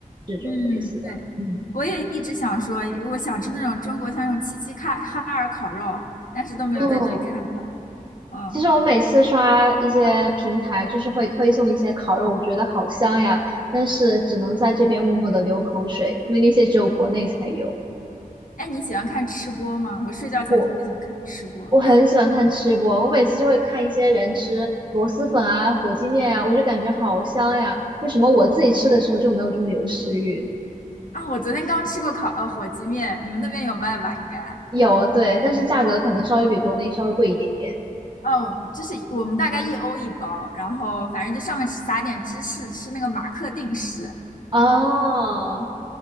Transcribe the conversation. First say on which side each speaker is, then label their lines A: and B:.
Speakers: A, on the right (about 30°); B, on the left (about 65°).
A: 这种类似的。
B: 嗯，对，
A: 嗯，
B: 我也一直想说，我想吃那种中国像那种齐齐哈哈尔烤肉，但是都没有在这里看到。
A: 嗯，
B: 嗯，
A: 其实我每次刷一些平台，就是会推送一些烤肉，我觉得好香呀，但是只能在这边默默的流口水，因为那些只有国内才有。
B: 哎，你喜欢看吃播吗？我睡觉前特别喜欢看吃播。
A: 我我很喜欢看吃播，我每次就会看一些人吃螺蛳粉啊、火鸡面啊，我就感觉好香呀，为什么我自己吃的时候就没有这么有食欲？
B: 嗯，啊，我昨天刚吃过烤，呃，火鸡面，你们那边有卖吧？应该。
A: 有，对，但是价格可能稍微比国内稍微贵一点点。
B: 哦，就是我们大概一欧一包，然后反正就上面撒点芝士，吃那个马克定食，
A: 哦，